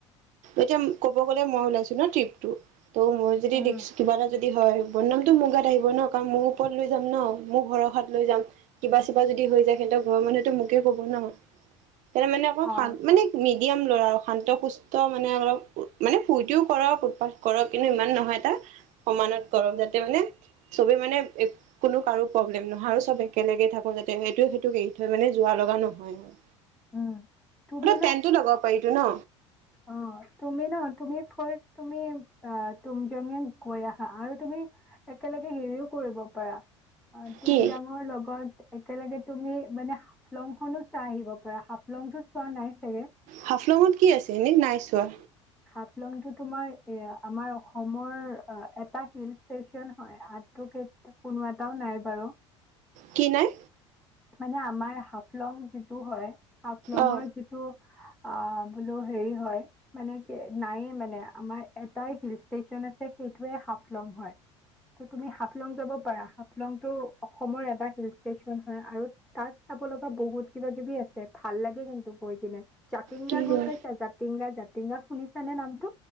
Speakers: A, on the right; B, in the centre.
A: এতিয়া ক'ব গ'লে মই ওলাইছো ন ট্ৰিপটোত ত' মই যদি
B: উম।
A: ৰিক্স, কিবা এটা যদি হয়, বদনামটো মোৰ গাত আহিব ন, কাৰণ মোৰ ওপৰত লৈ যাম ন, মোৰ ভৰসাত লৈ যাম, কিবা চিবা যদি হৈ যায় সিহঁতৰ ঘৰৰ মানুহেতো মোকে কব ন। ত মানে আকৌ
B: অঁ,
A: খান মানে মেডিয়াম ল'ৰা আৰু শান্ত সুস্থ মানে অলপ মানে ফূৰ্তিও কৰে আও কৰক, কিন্তু ইমান নহয় এটা সমানত কৰক, যাতে মানে চবে মানে কোনো কাৰো প্ৰব্লেম নহয়, আৰু চব একেলগে থাকো যাতে এইটোয়ে সেইটোক এৰি থৈ মানে যোৰা লগা নহয় আৰু।
B: উম, তুমি
A: টেনটো লগাব পাৰি‌ তো ন?
B: অ', তুমি ন, তুমি থৈ তুমি অ, তুমজেঙত গৈ আহা আৰু তুমি একেলগে হেৰিও কৰিব পাৰা। অ, তুমজাঙৰ
A: কি
B: লগত একেলগে তুমি মানে হাফলং খনো চাই আহিব পাৰা, হাফলংতো চোৱা নাই চাগে!
A: হাফলংত কি আছে? এনেই নাই চোৱা।
B: হাফলং টো তোমাৰ এ আমাৰ অসমৰ এটা হিল ষ্টেচন হয়, <unintelligible> কোনো এটাও নাহে বাৰু।
A: কি নাই?
B: মানে আমাৰ হাফলং যিটো হয় হাফলং
A: অ
B: ৰ যিটো অ', বোলো হেৰি হয় মানে নাই এ মানে, আমাৰ এটাই হিল ষ্টেচন আছে সেইটোয়ে হাফলং হয়। ত তুমি হাফলং যাব পাৰা হাফলংটো অসমৰ এটা হিল ষ্টেচন হয়, আৰু তাত চাব লগা বহুত কিবা কিবি আছে। ভাল লাগে কিন্তু গৈ কিনে। জাতিংগা
A: কি
B: গৈ
A: কোৱা
B: পাইছা, জাতিংগা জা <unintelligible> শুনিছা নে নামটো?